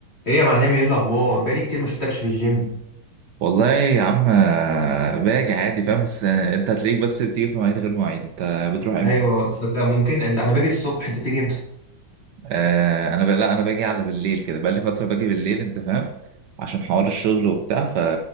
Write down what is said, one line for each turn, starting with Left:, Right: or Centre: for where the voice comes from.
Left: ايه يا معلمي ايه الاخبار بقالي كتير ما شفتكش في الجيم
Right: والله يا عم باجي عادي فاهم بس آه، انت هتلاقيك بس بتيجي في مواعيد غير مواعيد انت بتروح امتى
Left: ايوه تصدق ممكن إن انا باجي الصبح انت تيجي امتى
Right: آه انا ب... لا انا باجي على بالليل كده بقالي فتره باجي بالليل انت فاهم عشان حوار الشغل وبتاع ف